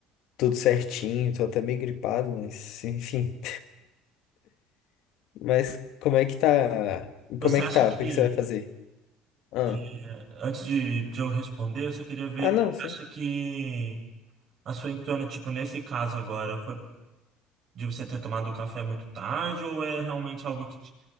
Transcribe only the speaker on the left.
tudo certinho. Tô até meio gripado, mas enfim. Mas como é que tá?
Como é
que tá?
O que que você vai fazer? Ah.
Ah, não,
sei.